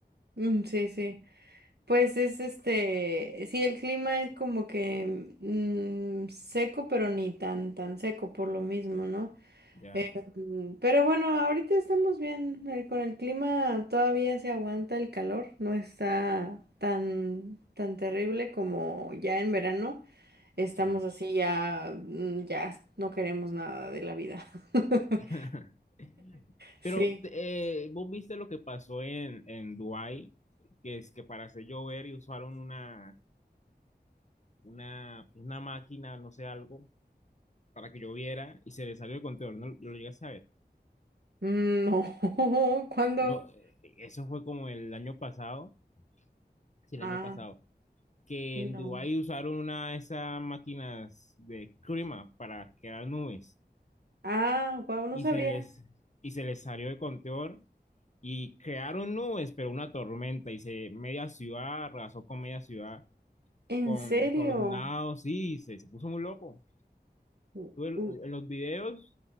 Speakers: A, on the right; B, on the left.
A: Mm, sí, sí. Pues es este, sí, el clima es como que mm, seco, pero ni tan, tan seco por lo mismo, ¿no?
B: Ya,
A: Mm, Pero bueno, ahorita estamos bien. eh, con el clima todavía se aguanta el calor, no está tan, tan terrible como ya en verano. Estamos
B: sí.
A: así ya, mm, ya no queremos nada de la vida. <laughs>
B: <laughs>
A: Sí.
B: Pero eh, vos viste lo que pasó en, en Dubái, que es que para hacer llover y usaron una, una, una máquina, no sé, algo, para que lloviera y se le salió el control. No, yo lo llegué a saber.
A: Mm, No, <laughs> ¿cuándo?
B: No, eh, eso fue como el año pasado, sí, el
A: Ah,
B: año pasado, que
A: no.
B: en Dubái usaron una de esas máquinas de clima para crear nubes
A: Ah, wow, no
B: y
A: sabía.
B: se les, y se les salió de control y crearon nubes, pero una tormenta y se media ciudad arrasó con media ciudad
A: ¿En
B: con
A: serio?
B: tornados, sí, se, se puso muy loco.
A: U-
B: Tú el-
A: u-
B: en los videos